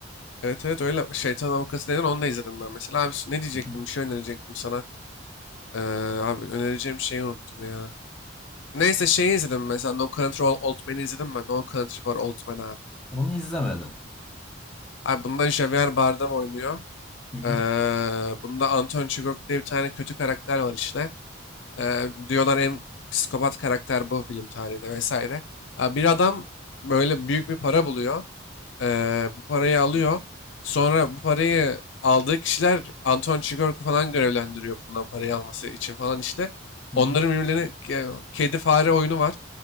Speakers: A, on the left (about 65°); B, in the centre.
A: Evet evet öyle. Şeytan Avukatı denen onu da izledim ben mesela. Abi ne diyecektim?
B: Hı hı.
A: Bir şey önerecektim sana. Ee, abi önereceğim şeyi unuttum ya. Neyse şeyi izledim mesela No Country for Old Men'i izledim ben. No Country for Old Men abi.
B: Onu izlemedim.
A: Abi bunda Javier Bardem oynuyor.
B: Hı hı,
A: Ee, bunda Anton Chigurh diye bir tane kötü karakter var işte. Ee, diyorlar en psikopat karakter bu film tarihinde vesaire. Abi bir adam böyle büyük bir para buluyor. Ee, bu parayı alıyor. Sonra bu parayı aldığı kişiler Anton Chigurh'u falan görevlendiriyor bundan parayı alması için falan işte.
B: hı
A: Onların
B: hı.
A: birbirlerine ke- kedi fare oyunu var.